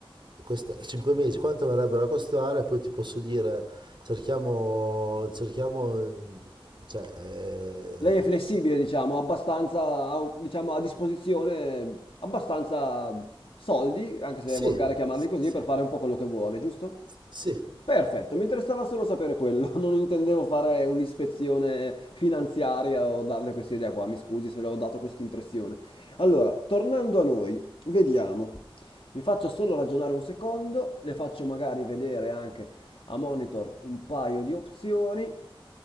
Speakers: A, on the right; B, on the left.
A: questa, 5 mesi quanto verrebbero a costare, poi ti posso dire, cerchiamo, cerchiamo, cioè, eh,
B: Lei è flessibile, diciamo, abbastanza, ha un- diciamo, a disposizione abbastanza soldi, anche se
A: sì,
B: è volgare chiamarli
A: sì.
B: così,
A: sì.
B: per fare un po' quello che vuole, giusto?
A: Sì,
B: Perfetto, mi interessava solo sapere quello, <laughs> non intendevo fare un'ispezione finanziaria o darle questa idea qua, mi scusi se le ho dato questa impressione. Allora, tornando a noi, vediamo, mi faccio solo ragionare un secondo, le faccio magari vedere anche a monitor un paio di opzioni